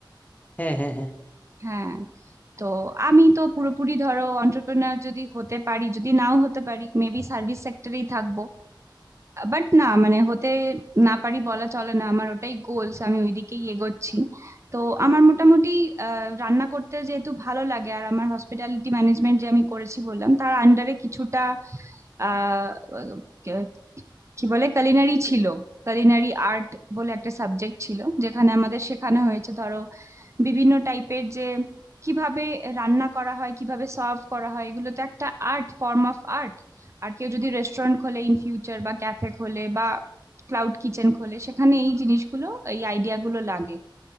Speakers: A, on the left (about 20°); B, on the right (about 35°).
A: হ্যাঁ হ্যাঁ হ্যাঁ
B: হ্যাঁ তো আমি তো পুরোপুরি ধরো অন্টারপ্রেনার যদি হতে পারি যদি নাও হতে পারি মেবি সার্ভিস সেক্টরেই থাকবো বাট না মানে হতে না পারি বলা চলে না আমার ওটাই গোলস আমি ওইদিকেই এগোচ্ছি তো আমার মোটামুটি আহ, রান্না করতে যেহেতু ভালো লাগে আর আমার হসপিটালিটি ম্যানেজমেন্ট যে আমি করেছি বললাম তার আন্ডারে কিছুটা আহ কে- কি বলে কালিনারি ছিল কালিনারি আর্ট বলে একটা সাবজেক্ট ছিল যেখানে আমাদের শেখানো হয়েছে ধরো বিভিন্ন টাইপের যে কিভাবে রান্না করা হয় কিভাবে সার্ভ করা হয় এগুলো তো একটা আর্ট ফর্ম অফ আর্ট আর কেউ যদি রেস্টুরেন্ট খোলে ইন ফিউচার বা ক্যাফে খোলে বা ক্লাউড কিচেন খোলে সেখানে এই জিনিসগুলো এই আইডিয়া গুলো লাগে